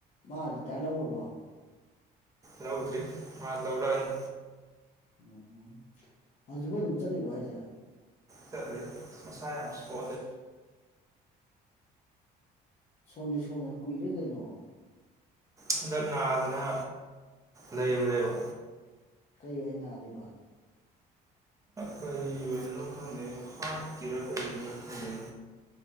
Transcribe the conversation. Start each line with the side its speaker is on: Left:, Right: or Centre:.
Left: ꯃꯥ ꯔꯤꯇꯥꯌꯔ ꯂꯧꯈꯔꯕꯣ
Right: ꯂꯧꯗ꯭ꯔꯤ ꯃꯥ ꯂꯧꯔꯛꯑꯅꯤ
Left: ꯎꯝ ꯍꯧꯖꯤꯛꯐꯥꯎ ꯑꯗꯨꯝ ꯆꯠꯂꯤꯕꯣ ꯍꯥꯏꯁꯦ
Right: ꯇꯂ ꯁꯃꯁ ꯁꯣ
Left: ꯑꯁ ꯁꯣꯟꯗꯤ ꯁꯣꯅ ꯀꯨꯏꯔꯦ ꯀꯩꯅꯣ
Right: ꯍꯟꯗꯛ ꯅꯥꯗꯅ ꯂꯩꯔꯨꯔꯦꯕ
Left: ꯀꯔꯤ ꯍꯥꯏ ꯅꯥꯔꯤꯕ
Right: ꯀꯔꯤ ꯑꯣꯏꯗꯣꯏꯅꯣ ꯈꯪꯗꯦꯅꯣ ꯍꯥꯠꯀꯤꯔꯥ ꯀꯩꯅꯣ ꯈꯪꯗ